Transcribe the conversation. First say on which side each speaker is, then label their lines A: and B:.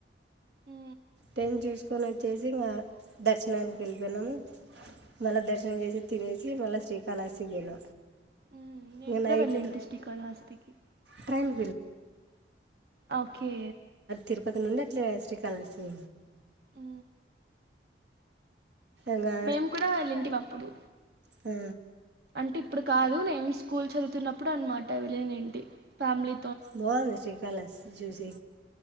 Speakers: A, on the right; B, on the right.
A: ఉ
B: టైన్ చూసుకొని వచ్చేసి ఇంకా దర్శనానికి వెళ్ళిపోనాము మళ్ళా దర్శనం చేసి తినేసి మల్ల శ్రీ కాళహస్తి పోయిన
A: ఉమ్
B: నేను
A: కూడా
B: ఐతే
A: వెళ్ళింటి శ్రీకాళహస్తికి
B: ట్రైన్
A: ఓకే
B: తిరుపతి నుండి అట్లే శ్రీ కాళహస్తి
A: అ
B: ఇంకా
A: మేము కూడా వెళ్ళాం అప్పుడు
B: ఆ
A: అంటే ఇప్పుడు కాదు నేను స్కూల్ చదువుతున్నప్పుడు అనమాట విళ ఏంటి ఫ్యామిలీ
B: బాగుంది శ్రీ కాళహస్తి